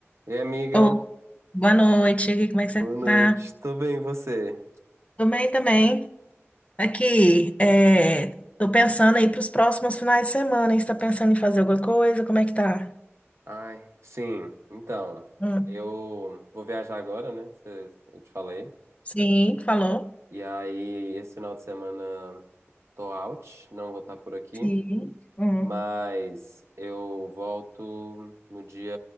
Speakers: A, on the right (about 70°); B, on the left (about 30°).
A: E aí, amiga,
B: Oh, boa noite, como é que você
A: boa noite.
B: tá?
A: Tô bem, e você?
B: Tô bem também. Aqui, é, tô pensando aí pros próximos finais de semana. hein? Você tá pensando em fazer alguma coisa? Como é que tá?
A: Ai, sim. Então,
B: Hum,
A: eu vou viajar agora, né? Cê- eu te falei.
B: Sim, falou.
A: E aí, esse final de semana tô out, não vou estar por aqui,
B: Sim. Hum.
A: mas eu volto no dia